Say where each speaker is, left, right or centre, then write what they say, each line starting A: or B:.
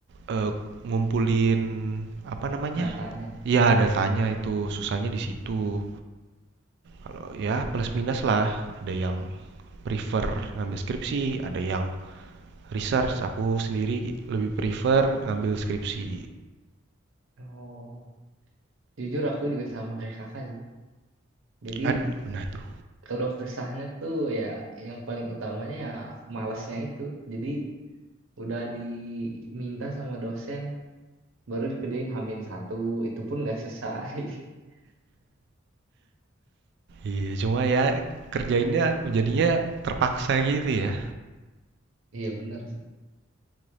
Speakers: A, on the right; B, on the right.
A: eh, ngumpulin apa namanya?
B: datanya ya.
A: Ya datanya itu susahnya di situ. Kalau ya plus minus lah, ada yang prefer ngambil skripsi, ada yang research. Aku sendiri lebih prefer ngambil skripsi.
B: oh, Jujur aku juga sama kayak kakak sih. Jadi
A: Ad- benar tuh.
B: kalau kesahnya tuh ya yang paling utamanya ya malesnya itu. Jadi udah diminta sama dosen baru dikerjain hamin satu itu pun nggak selesai. <laughs>
A: Iya, cuma ya kerjainnya jadinya terpaksa gitu ya.
B: Iya benar sih.